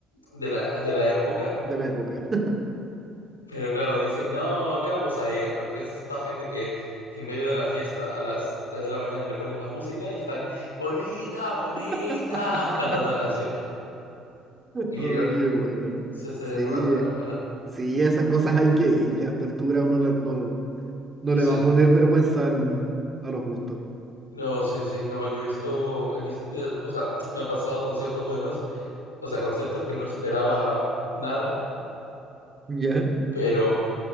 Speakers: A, on the left; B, on the right.
A: de la, de la época.
B: de la época.
A: Pero claro, dicen, no, ¿qué vamos a ir? Pero es que es esta gente que, que en medio de la fiesta a las 3 de la mañana le pones la música y están, bonita, bonita,
B: <laughs>
A: cantando la canción. Y
B: Ay, qué buena.
A: se hace
B: Sí,
A: rogar, pero bueno,
B: sí, esas cosas hay que ir. Ya a esta altura uno la- no, no
A: sí.
B: le va a poner vergüenza al- a los gustos.
A: No, sí, sí, no, yo he visto, he visto, o sea, me han pasado conciertos buenos, o sea, conciertos que no esperaba nada,
B: Ya,
A: pero,